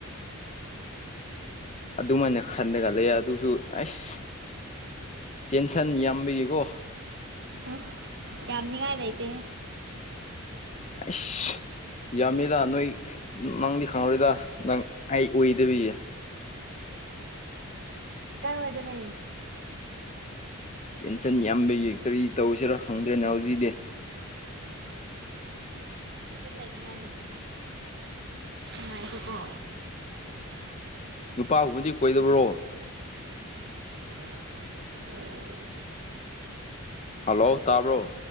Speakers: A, on the left; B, on the right.
A: ꯑꯗꯨꯃꯥꯏꯅ ꯈꯟꯗꯒ ꯂꯩ ꯑꯗꯨꯁꯨ ꯑꯁ ꯇꯦꯟꯁꯟ ꯌꯥꯝꯕꯤꯒꯀꯣ
B: ꯎ ꯌꯥꯝꯅꯤꯉꯥꯏ ꯂꯩꯇꯦ
A: ꯏꯁꯐ <inaudible> <unintelligible> ꯌꯥꯝꯃꯤꯗ ꯅꯣꯏ ꯅꯪꯗꯤ ꯈꯪꯉꯔꯣꯏꯗ ꯅꯪ ꯑꯩ ꯑꯣꯏꯗꯕꯤꯌꯦ
B: ꯀꯥꯏ ꯐꯥꯏꯗꯅꯅ
A: ꯇꯦꯟꯁꯟ ꯌꯥꯝꯕꯒꯤ ꯀꯔꯤ ꯇꯧꯁꯤꯔ ꯈꯪꯗ꯭ꯔꯦꯅ ꯍꯧꯖꯤꯛꯇꯤ
B: ꯎꯝ ꯆꯠ ꯂꯩ ꯉ ꯂꯩꯇ ꯎꯉꯥꯏ ꯀꯣ
A: ꯅꯨꯄꯥꯒꯨꯝꯕꯗꯤ ꯀꯣꯏꯗꯕ꯭ꯔꯣ
B: <unintelligible> <inaudible>
A: ꯍꯜꯂꯣ ꯇꯥꯕ꯭ꯔꯣ